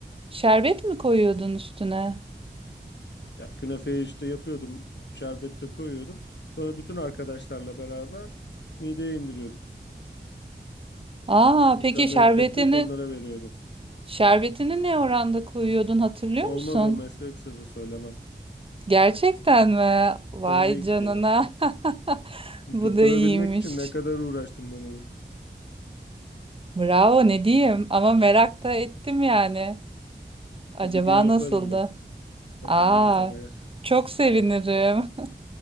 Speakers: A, on the right; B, on the left.
A: Şerbet mi koyuyordun üstüne?
B: Ya künefeyi işte yapıyordum, şerbette koyuyordum. Sonra bütün arkadaşlarla beraber mideye indiriyorduk.
A: Aa,
B: İnsanları
A: peki şerbetini
B: toplayıp onlara veriyordum.
A: şerbetini ne oranda koyuyordun hatırlıyor
B: Olmaz
A: musun?
B: o meslek sırrı söylemem.
A: Gerçekten mi? Vay
B: Tabii
A: canına.
B: ki.
A: <laughs> Bu
B: Tutturabilmek
A: da iyiymiş.
B: için ne kadar uğraştım ben onu.
A: Bravo ne diyeyim ama merak da ettim yani. Acaba
B: E bir gün yaparım
A: nasıldı?
B: ben. Hatırlıyorsam
A: Aa,
B: eğer.
A: çok sevinirim.